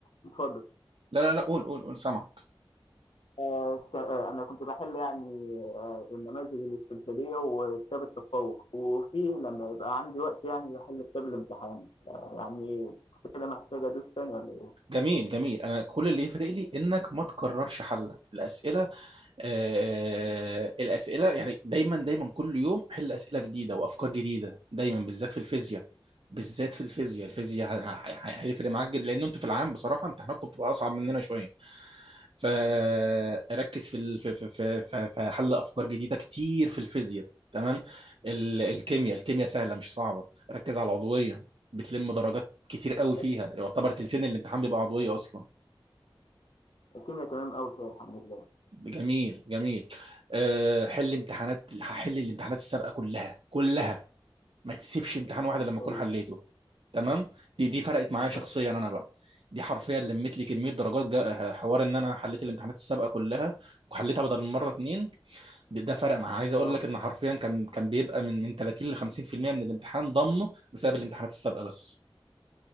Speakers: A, on the left (about 80°); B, on the right (about 75°).
A: اتفضل
B: لا لا لا قول قول قول سامعك
A: آه، س- آه، أنا كنت بحل يعني آه، النماذج الاستمثالية وكتاب التفوق وفي لما يبقى عندي وقت يعني بحل كتاب الامتحان آه، يعني كده محتاج أدوس تاني ولا
B: جميل جميل انا كل اللي يفرق لي انك ما تكررش حلك الاسئله آه الاسئله يعني دايما دايما كل يوم حل اسئله جديده وافكار جديده دايما بالذات في الفيزياء بالذات في الفيزياء الفيزياء ه- ه- ه- هيفرق معاك جدا لان انتوا في العام بصراحه امتحاناتكم بتبقى اصعب مننا شويه فركز في ال- في في في في في حل افكار جديده كتير في الفيزياء تمام ال- الكيمياء الكيمياء سهله مش صعبه ركز على العضويه بتلم درجات كتير قوي
A: إيه؟
B: فيها يعتبر تلتين الامتحان بيبقى عضويه اصلا
A: الكيمياء تمام قوي فيها الحمد لله
B: جميل جميل أه حل امتحانات هحل الامتحانات السابقه كلها كلها ما تسيبش امتحان واحد
A: ان
B: لما
A: شاء
B: اكون
A: الله
B: حليته تمام دي دي فرقت معايا
A: ان
B: شخصيا
A: شاء الله
B: انا بقى دي حرفيا لمت لي كميه درجات جا- حوار ان انا حليت الامتحانات السابقه كلها وحليتها بدل المره اتنين ده ده فرق معاه عايز اقول
A: اه
B: لك ان حرفيا كان كان بيبقى من من 30 ل 50% من الامتحان ضامنه بسبب الامتحانات السابقه بس